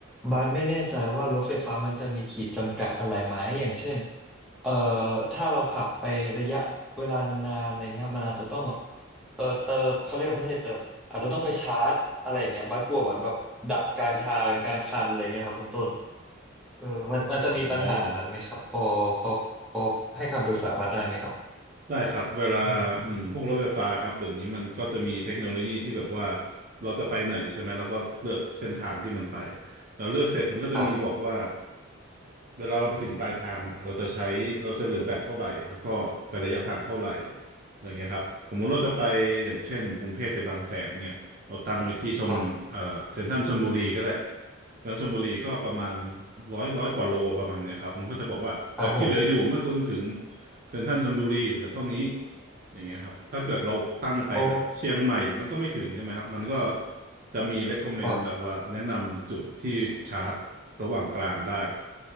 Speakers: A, in the centre; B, on the right.
A: บัสไม่แน่ใจว่ารถไฟฟ้ามันจะมีขีดจำกัดอะไรไหมอย่างเช่นเอ่อถ้าเราขับไประยะเวลานานๆอะไรเงี้ยมันอาจจะต้องแบบเออเติมเขาเรียกว่าไม่ใช่เติมอาจจะต้องไปชาร์จอะไรเงี้ยบัสกลัวเหมือนแบบดับกลางทางกลางคันอะไรเงี้ยครับคุณต้น เออมันมันจะมีปัญหานั้นไหมครับ
B: อ๋อ
A: พอพอพอให้คำปรึกษาบัตรได้ไหมครับ
B: ได้ครับเวลาอืมพวกรถไฟฟ้าครับเดี๋ยวนี้มันก็จะมีเทคโนโลยีที่แบบว่า
A: อืม
B: เราจะไปไหนใช่ไหมแล้วก็เลือกเส้นทางที่มันไปแราเลือกเสร็จมันก็จะมีบอกว่า
A: ครับ
B: เวลาเราไปถึงปลายทางอ่ะเราจะใช้ เราจะเหลือแบตเท่าไหร่แล้วก็ไประยะทางเท่าไหร่อย่างเงี้ยครับสมมุติเราจะไปอย่างเช่นกรุงเทพไปบางแสนเนี่ยเราตั้งไว้ที่ชมเอ่อเซ็นทรัลชลบุรีก็ได้
A: ครับ
B: เซ็นทรัลชลบุรีก็ประมาณร้อยร้อยกว่าโลประมาณเนี่ยครับมันก็จะบอกว่าแบตที่เหลืออยู่เมื่อคุณถึง
A: ครับผม
B: เซ็นทรัลชลบุรีเหลือเท่านี้อย่างเงี้ยครับถ้าเกิดเราตั้งไปแบบเชียงใหม่
A: โอ้
B: มันก็ไม่ถึงใช่ไหมครับมันก็จะมี recommend
A: ครับ
B: แบบว่าแนะนำจุดที่ชาร์จระหว่างกลางได้